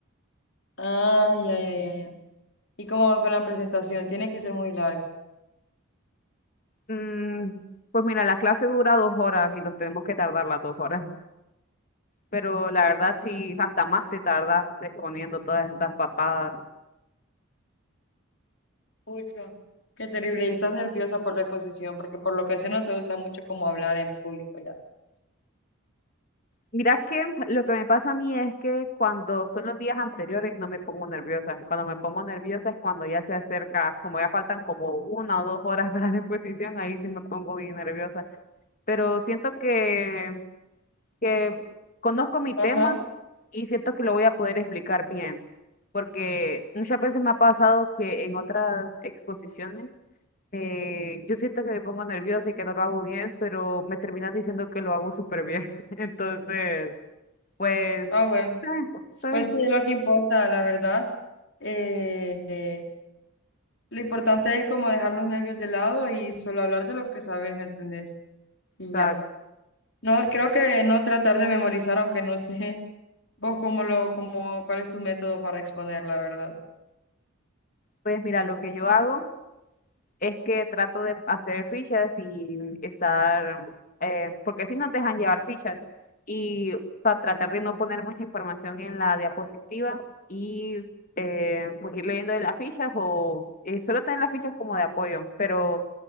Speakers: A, on the left (about 60°); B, on the left (about 40°).
A: Ah, ya, ya, ya, ya. ¿Y cómo van con la presentación? Tiene que ser muy larga.
B: mm, pues mira, la clase dura dos horas y nos tenemos que tardar las dos horas, pero la verdad sí, hasta más te tardas exponiendo todas estas papadas
A: Pucha. Qué terrible, y estás nerviosa por la exposición, porque por lo que sé no te gusta mucho como hablar en público ya.
B: Mira que lo que me pasa a mí es que cuando son los días anteriores no me pongo nerviosa. Cuando me pongo nerviosa es cuando ya se acerca, como ya faltan como una o dos horas <laughs> para la exposición, ahí sí me pongo bien nerviosa. Pero siento que, que conozco mi tema
A: Ajá.
B: y siento que lo voy a poder explicar bien. Porque muchas veces me ha pasado que en otras exposiciones eh, yo siento que me pongo nerviosa y que no lo hago bien, pero me terminas diciendo que lo hago súper bien. <laughs> Entonces... Pues,
A: Ah, bueno.
B: eh, estoy,
A: Pues
B: o
A: sí, es lo que importa, la verdad. Eh, eh, lo importante es como dejar los nervios de lado y solo hablar de lo que sabes, ¿me entendés? Y
B: sea,
A: ya. No, creo que no tratar de memorizar, aunque no sé <laughs> vos cómo lo, cómo, cuál es tu método para exponer, la verdad.
B: pues mira, lo que yo hago es que trato de hacer fichas y estar, eh, porque si no te dejan llevar fichas, y para tratar de no poner mucha información en la diapositiva y eh, pues ir leyendo de las fichas o eh, solo tener las fichas como de apoyo, pero